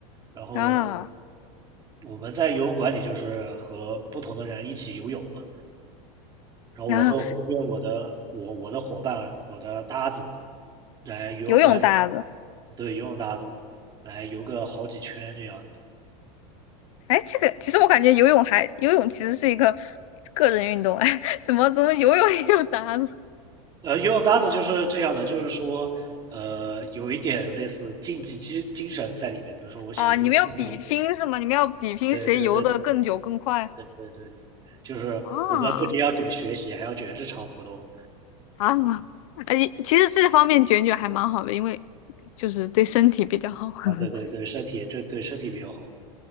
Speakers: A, on the right; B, on the left.
A: 然后
B: 啊，
A: 我们在游泳馆里就是和不同的人一起游泳嘛。然后我和后边我的我我的伙伴我的搭子
B: 然后
A: 来游泳馆里
B: 游泳搭子。
A: 对，游泳搭子来游个好几圈这样的。
B: 哎，这个其实我感觉游泳还游泳其实是一个个人运动，哎，<laughs> 怎么怎么游泳也有搭子
A: 呃，游泳搭子就是这样的，就是说，呃，有一点类似竞技精精神在里面。比如说，我想游的快点
B: 啊？你们要比拼是吗？你们要比拼谁游的更久更快
A: 对对对对对对对，就是我们不仅要卷学习，
B: 啊
A: 还要卷日常活动
B: 啊！而且其实这方面卷卷还蛮好的，因为就是对身体比较好。
A: 啊，
B: <laughs>
A: 对对对，身体这对身体比较好。